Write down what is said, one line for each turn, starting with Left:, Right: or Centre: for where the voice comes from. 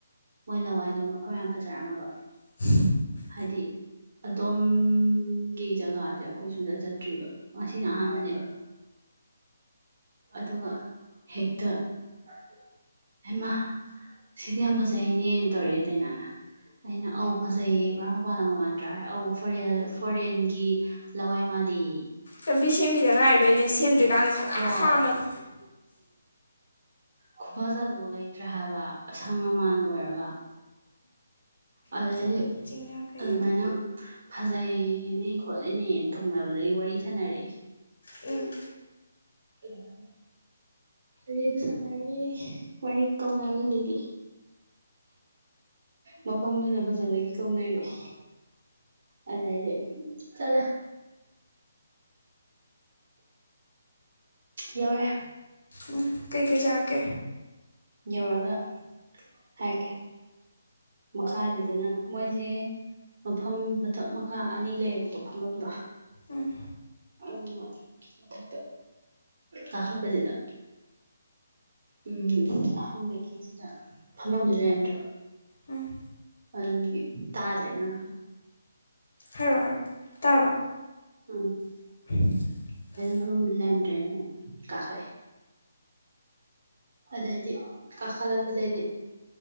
Right: ꯃꯣꯏ ꯂꯋꯥꯏꯗꯣ ꯃꯐꯝ ꯌꯥꯝ ꯐꯖꯔꯝꯃꯕ
Left: <unintelligible>
Right: ꯍꯥꯏꯗꯤ ꯑꯗꯣꯝꯒꯤ ꯖꯒꯥꯁꯦ ꯑꯩꯈꯣꯏ ꯁꯨꯡꯗ ꯆꯠꯇ꯭ꯔꯤꯕ ꯉꯁꯤꯅ ꯑꯍꯥꯟꯕꯅꯦꯕ ꯑꯗꯨꯒ ꯍꯦꯛꯇꯛꯇ ꯑꯃ ꯁꯤꯗꯤ ꯌꯥꯝ ꯐꯖꯩꯅꯦꯅ ꯇꯧꯔꯛꯏꯦ ꯗꯥꯏꯅꯥꯅ ꯑꯩꯅ ꯑꯧ ꯐꯖꯩꯌꯦ ꯕ꯭ꯔꯥ ꯃꯄꯅ ꯃꯃꯥꯟꯗ꯭ꯔꯥ ꯑꯧ ꯐꯔ ꯐꯣꯔꯦꯟꯒꯤ ꯂꯋꯥꯏ ꯃꯥꯔꯤ
Left: ꯂꯝꯕꯤ ꯁꯦꯝꯈꯤꯗ ꯉꯥꯏꯕꯩꯅꯦ ꯁꯦꯝꯗ꯭ꯔꯤꯀꯥꯟꯗ ꯁꯂꯥꯛ
Right: ꯍꯣꯏ
Left: ꯁꯥꯃꯅꯤ
Right: ꯈꯨꯐꯖꯗꯣꯛ ꯂꯩꯇ꯭ꯔꯦ ꯍꯥꯏꯕ ꯑꯁꯪ ꯑꯃꯥꯟ ꯑꯣꯏꯔꯒ ꯑꯗꯨꯗꯩꯗꯤ
Left: ꯐꯖꯕꯅꯤ ꯆꯤꯡꯌꯥ ꯀꯩꯌꯥ
Right: ꯑꯗꯨꯃꯥꯏꯅ ꯐꯖꯩꯅꯤ ꯈꯣꯠꯂꯤꯅꯦꯅ ꯇꯣꯡꯅꯕꯗ ꯑ ꯑꯩ ꯋꯥꯔꯤ ꯁꯥꯟꯅꯔꯦ
Left: ꯎ
Right: ꯑꯗꯨꯔ ꯋꯥꯔꯤꯗꯨ ꯁꯥꯟꯅꯔꯦ ꯋꯥꯔꯤ ꯀꯧꯅꯔꯦ ꯗꯦꯗꯤ ꯃꯐꯝꯗꯨꯅ ꯐꯖꯕꯒꯤ ꯀꯧꯅꯔꯛꯦ ꯑꯗꯗꯦ ꯆꯂ ꯀꯧꯔꯦ
Left: ꯎꯝ ꯀꯩꯀꯩ ꯆꯥꯀꯦ
Right: ꯌꯧꯔꯒ ꯍꯥꯏꯀꯦ ꯃꯈꯥꯁꯤꯗꯅ ꯃꯣꯏꯁꯦ ꯃꯐꯝ ꯃꯊꯛ ꯃꯈꯥ ꯑꯅꯤ ꯂꯩꯌꯦꯕꯀꯣ ꯐꯝꯐꯝꯗꯣ
Left: ꯎꯝ
Right: ꯑꯗꯨꯒ ꯃꯊꯛꯇ ꯀꯥꯈꯠꯄꯁꯤꯗ ꯎꯝ ꯑꯍꯥꯟꯕꯒꯤ ꯁꯤꯗ ꯐꯝꯐꯝꯐꯝꯗꯤ ꯂꯩꯔꯝꯗ꯭ꯔꯕ
Left: ꯎꯝ
Right: ꯑꯗꯨꯒꯤ ꯇꯥꯗ꯭ꯔꯦꯗꯅꯀꯣ
Left: ꯍꯥꯏꯔꯣ ꯇꯥꯕꯥ
Right: ꯎꯝ
Left: <inaudible>
Right: ꯃ ꯑꯃ ꯂꯩꯔꯗ꯭ꯔꯦꯅ ꯑꯃꯨꯛ ꯀꯥꯈꯠꯂꯑꯦ ꯑꯗꯩꯗꯤ ꯀꯥ ꯀꯂꯄꯗꯩꯗꯤ